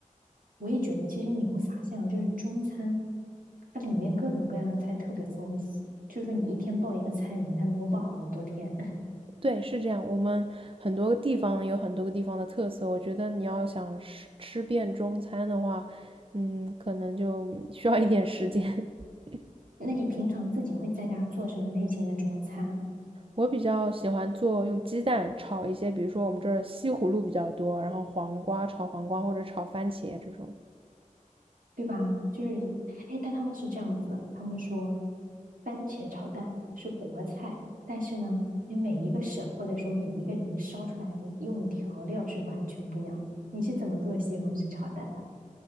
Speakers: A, on the right (about 80°); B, on the right (about 40°).
A: 我也觉得，其实你会发现啊，就是中餐，它里面各种各样的菜特别丰富，就是说你一天报一个菜名，它能够报好多天。<laughs>
B: 对，是这样。我们很多个地方有很多个地方的特色，我觉得你要想吃吃遍中餐的话，嗯，可能就 <laughs> 需要一点时间。<laughs>
A: 那你平常自己会在家做什么类型的中餐啊
B: 我比较喜欢做用鸡蛋炒一些，比如说我们这儿西葫芦比较多，然后黄瓜炒黄瓜或者炒番茄这种。
A: 对吧？就是，哎，但他们是这样子，他们说番茄炒蛋是国菜，但是呢，你每一个省或者说每一个人烧出来用的调料是完全不一样的你是怎么做西红柿炒蛋的，